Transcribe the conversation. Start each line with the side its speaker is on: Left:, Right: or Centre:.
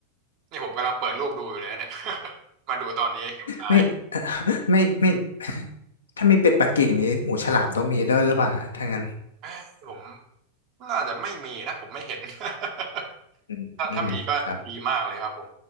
Right: นี่ผมกำลังเปิดรูปดูอยู่เลยนะเนี่ย <laughs> มาดูตอนนี้หิวตาย
Left: ไม่ <laughs> ไม่ไม่ <laughs> ถ้ามีเป็ดปักกิ่งนี้หูฉลามต้องมีด้วยหรือเปล่าฮะถ้างั้น
Right: เอ้ยผมน่าจะไม่มีนะผมไม่เห็น <laughs>
Left: อืมอืมครับ
Right: ถ้าถ้ามีก็ดีมากเลยครับผม